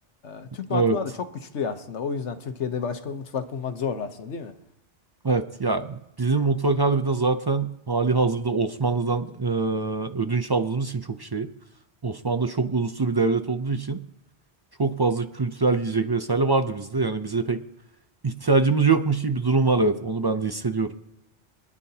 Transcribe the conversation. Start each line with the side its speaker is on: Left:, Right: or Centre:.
Left: e, Türk mutfağı
Right: Evet.
Left: da çok güçlü aslında. O yüzden Türkiye'de başka bir mutfak bulmak zor aslında değil mi?
Right: Evet ya bizim mutfak harbiden zaten hali hazırda Osmanlı'dan e, ödünç aldığımız için çok şey. Osmanlı çok uluslu bir devlet olduğu için çok fazla kültürel yiyecek vesaire vardı bizde. Yani bize pek ihtiyacımız yokmuş gibi bir durum var evet. Onu ben de hissediyorum.